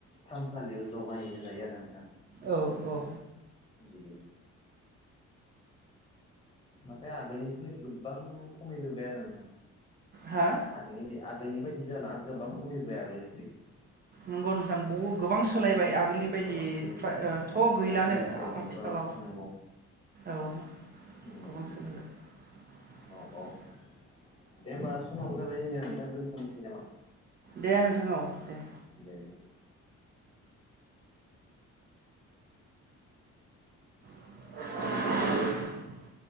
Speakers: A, on the left; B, on the right.
A: थानसालियाव जमायैनो जायो आरो नोंथां
B: औ औ औ
A: बिदिनो नाथाय आगोलनिख्रुइ गोबां खमायबोबाय आरो नोंथां
B: हा
A: आगोलनि बादि आगोलनि बाय नि जाला गोबां खमायबाय आगोलनिफ्राय
B: नंगौ नोंथां बहुद गोबां सोलायबाय आगोलनि बायदि
A: गोबां सोलायबाय
B: फथ'
A: आथिखालाव
B: गैलानो
A: डिजिटेलनि
B: आ आथिखालाव
A: मुगा नंगौ
B: औ
A: नंगौ नोंथां
B: <unintelligible>
A: औ औ दे होमबा समाबो जाबाय जोंया नोंथां दोनथ'नोसै नामा?
B: दे नोंथां औव दे
A: दे दे
B: <inaudible>